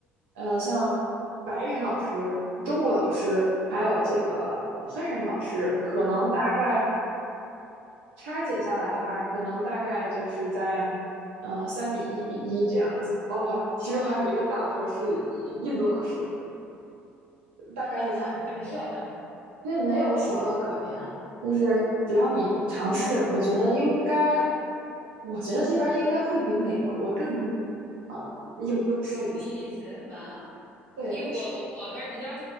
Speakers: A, on the right; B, on the right.
A: 呃，像白人老师、中国老师，还有这个黑人老师，可能大概。拆解下来的话，可能大概就是在呃三比一比一这样子。哦哦，其中还有一个大头是印度老师，大概是这样。
B: <laughs> 啊，对，是的，
A: 没有，因为没有少到可怜，就是只要你尝试，我觉得应该，我觉得这边儿应该会比美国更呃有优势一些。
B: 中医一些吧。
A: 对，
B: 因为我我我还是比较
A: 是